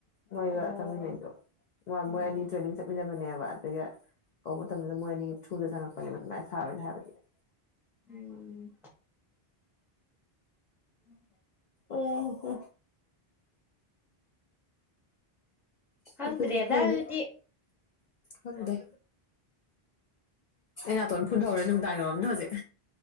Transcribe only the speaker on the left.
ꯃꯣꯏꯒ
ꯆꯪꯃꯤꯟꯅꯩꯗꯣ
ꯃꯣꯏ ꯑꯅꯤ ꯇ꯭ꯔꯦꯅꯤꯡ ꯆꯠꯃꯤꯟꯅꯕꯅꯦꯕ ꯑꯗꯨꯒ ꯀꯧꯕ ꯃꯇꯝꯁꯤꯗ ꯃꯣꯏ ꯑꯅꯤ ꯊꯨꯗ ꯆꯪꯉꯛꯄꯅꯦꯕ ꯑꯗꯨꯃꯥꯏꯅ ꯁꯥꯔꯣꯏꯅꯦ ꯍꯥꯏꯕꯗꯨꯅꯦ
ꯑꯣ ꯍꯣ
ꯑꯗ ꯈꯜꯅꯤ
ꯍꯪꯗꯦ ꯑꯦꯅꯥ ꯇꯅ ꯐꯨꯟ ꯊꯧꯔꯅꯅꯨꯡ ꯋꯥꯝ ꯅ ꯍꯧꯖꯤꯛ